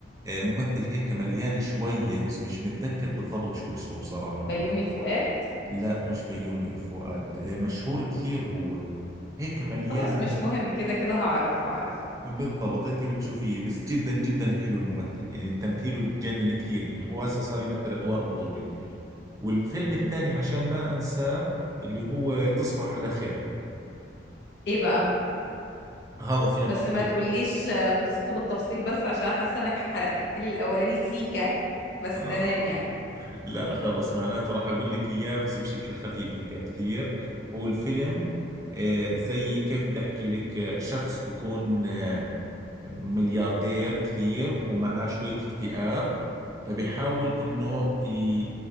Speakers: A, on the right (about 20°); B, on the left (about 65°).
A: آه، ممثل هيك مليان شوية بس مش متذكر بالضبط شو اسمه بصراحة
B: بيومي فؤاد
A: لا مش بيومي فؤاد آه، مشهور كثير هو هيك مليان
B: خلاص مش مهم كده كده هعرف هعرف
A: بالضبط انت بتشوفيه بس جدا جدا حلو الممثل يعني تمثيله تجنن كثير يعني هو هسه صار يمثل ادوار بطولة والفيلم الثاني عشان ما انساه اللي هو تصبح على خير
B: إيه بقى
A: هذا فيلم
B: بس
A: تقريبا
B: ما تقوليش آه، قصته بالتفصيل بس عشان حاسة إنك حرقت لي الأولاني سيكا بس
A: آه
B: تمام يعني
A: لا خلص معناته راح اقول لك اياه بس بشكل خفيف هيك كثير هو الفيلم آه زي كيف بدي احكي لك آه، شخص بكون آه ملياردير كثير ومعاه شوية اكتئاب فبيحاول انه ي...